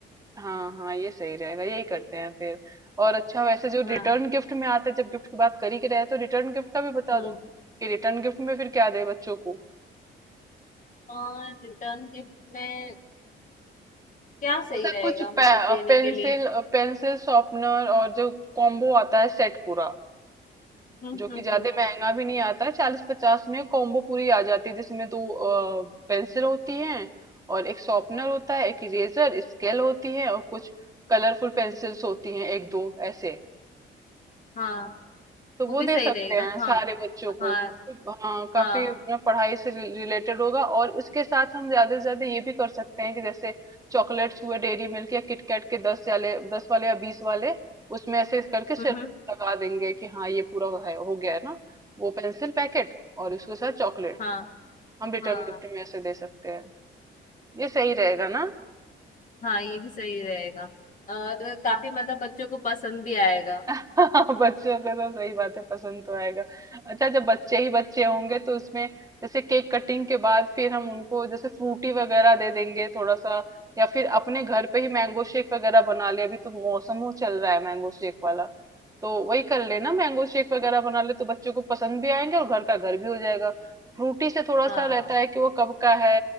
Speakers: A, on the right (about 15°); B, on the left (about 40°).
A: हाँ हाँ ये सही रहेगा यही करते हैं फिर और अच्छा वैसे जो
B: हाँ
A: रिटर्न गिफ्ट में आते हैं जब गिफ्ट की बात कर ही रहे हैं तो रिटर्न गिफ्ट का भी बता
B: हम्म
A: दो कि रिटर्न गिफ्ट में फिर क्या दे बच्चों को
B: और रिटर्न गिफ्ट में क्या सही
A: ऐसा
B: रहेगा
A: कुछ
B: मतलब
A: पेंसिल
B: देने के लिए
A: पेंसिल शॉर्पनर और जो कॉम्बो आता है सेट पूरा
B: हम्म
A: जो
B: हम्म
A: कि ज्यादा
B: हम्म
A: महंगा भी नहीं आता है चालीस पचास में कॉम्बो पूरी आ जाती है जिसमें दो पेंसिल होती हैं और एक शॉर्पनर होता है एक इरेजर स्केल होती है और कुछ कलरफुल पेंसिल्स होती हैं एक दो ऐसे
B: हाँ
A: तो वो
B: वो भी
A: दे
B: सही
A: सकते
B: रहेगा
A: हैं
B: हाँ
A: सारे बच्चों को
B: हाँ
A: क्योंकि, हाँ काफी
B: हाँ
A: ना पढ़ाई से रिलेटेड होगा और इसके साथ हम ज्यादा से ज्यादा ये भी कर सकते हैं कि जैसे चॉकलेट्स हुए डेयरी मिल्क या किटकैट के दस वाले दस वाले या बीस वाले उसमें ऐसे करके सिर्फ
B: हम्म हम्म,
A: लगा देंगे कि हाँ ये पूरा है हो गया है ना वो पेंसिल पैकेट और उसके साथ चॉकलेट
B: हाँ
A: हम रिटर्न
B: हाँ
A: गिफ्ट में ऐसे दे सकते हैं ये सही रहेगा ना
B: हाँ ये भी सही रहेगा और काफी मतलब बच्चों को पसंद भी आएगा
A: <laughs> हाँ बच्चों को तो सही बात है पसंद तो आएगा अच्छा जब बच्चे ही बच्चे होंगे तो उसमें जैसे केक कटिंग के बाद फिर हम उनको जैसे फ्रूटी वगैरह दे देंगे थोड़ा सा या फिर अपने घर पे ही मैंगो शेक वगैरह बना ले अभी तो मौसम वो चल रहा है मैंगो शेक वाला तो वही कर लेना मैंगो शेक वगैरह बना ले तो बच्चों को पसंद भी आएंगे और घर का घर भी हो जाएगा फ्रूटी से थोड़ा
B: हाँ
A: सा रहता है कि वो कब का है